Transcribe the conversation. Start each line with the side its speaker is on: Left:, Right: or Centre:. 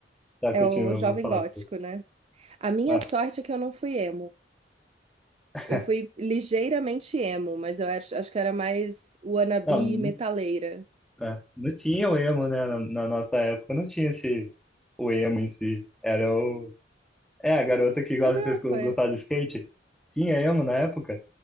Centre: Tá,
Right: é
Centre: continua,
Right: o jovem
Centre: vou falar
Right: gótico,
Centre: depois.
Right: né? A minha
Centre: Ah,
Right: sorte é que eu não fui emo.
Centre: <laughs>
Right: Eu fui ligeiramente emo, mas eu acho, acho que era mais wannabe
Centre: não,
Right: metaleira.
Centre: não, é, não tinha o emo, né? Na, na nossa época não tinha esse, o emo em si. Era o. É, a garota que gosta
Right: Ah, não,
Centre: de
Right: foi.
Centre: gostar de skate. Tinha emo na época?